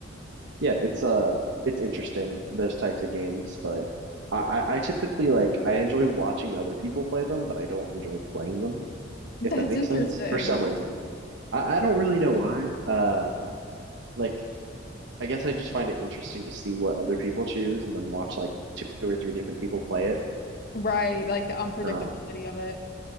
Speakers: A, on the right; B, on the left.
A: yeah, it's uh, it's interesting those types of games, but I I I typically like I enjoy watching other people play them, but I don't enjoy playing them,
B: That's
A: if that makes
B: interesting.
A: sense, for some reason. I, I don't really know why. Uh, like I guess I just find it interesting to see what other people choose and then watch like two or three different people play it.
B: Right, like the unpredictability
A: Um,
B: of it.